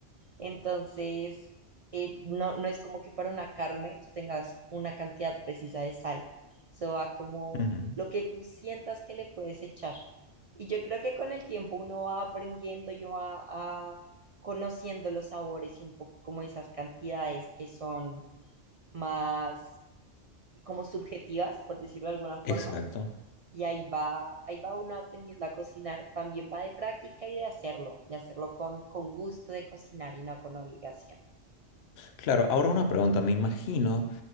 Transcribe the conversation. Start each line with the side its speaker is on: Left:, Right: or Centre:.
Right: Entonces, eh, no, no es como que para una carne tú tengas una cantidad precisa de sal. Eso va como
Left: Ujú.
Right: lo que tú sientas que le puedes echar. Y yo creo que con el tiempo uno va aprendiendo y va a- conociendo los sabores y un poco como esas cantidades que son más como subjetivas, por decirlo de alguna forma.
Left: Exacto.
Right: Y ahí va, ahí va uno aprendiendo a cocinar, también va de práctica y de hacerlo, y hacerlo con, con gusto de cocinar y no con obligación,
Left: Claro, ahora una pregunta, me imagino